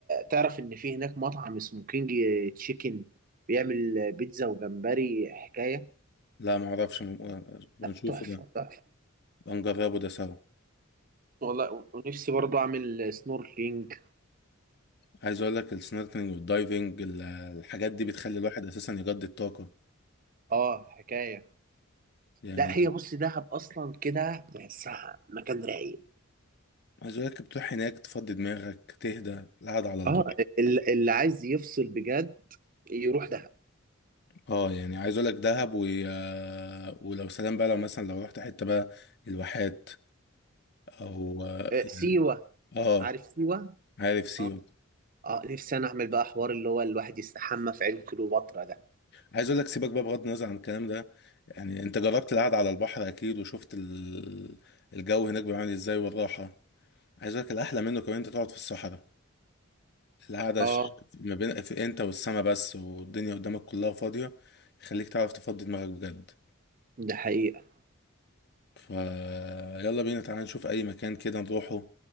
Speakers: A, on the right; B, on the left.
A: تعرف ان في هناك مطعم اسمه كينج تشيكن بيعمل بيتزا وجمبري حكاية
B: لا ما اعرفش م... آه، بنشوفه
A: لا، تحفة
B: ده
A: تحفة
B: بنجربه ده سوا
A: والله و- ونفسي برضو اعمل سنوركلينج
B: عايز اقول لك السنوركلينج والدايفنج ال- الحاجات دي بتخلي الواحد اساسا يجدد طاقه
A: اه حكاية
B: يعني
A: لا هي بص دهب اصلا كده تحسها مكان رايق
B: عايز اقول لك بتروح هناك تفضي دماغك تهدى القعدة على البحر
A: اه ال- اللي عايز يفصل بجد يروح دهب
B: اه يعني عايز اقول لك دهب و... آه، ولو سلام بقى لو مثلا لو رحت حتة بقى الواحات او اه
A: آه،
B: يعني-
A: سيوة
B: آه،
A: عارف سيوة
B: عارف سيوة
A: اه اه نفسي انا اعمل بقى حوار اللي هو الواحد يستحمى في عين كليوباترا ده
B: عايز اقول لك سيبك بقى بغض النظر عن الكلام ده يعني انت جربت القعدة على البحر اكيد وشفت ال... الجو هناك بيعمل ازاي والراحة عايز اقول لك الاحلى منه كمان انت تقعد في الصحراء القعدة
A: اه
B: ش- ما بين في انت والسما بس والدنيا قدامك كلها فاضية يخليك تعرف تفضي دماغك بجد
A: ده حقيقة
B: فيلا بينا تعالى نشوف اي مكان كده نروحه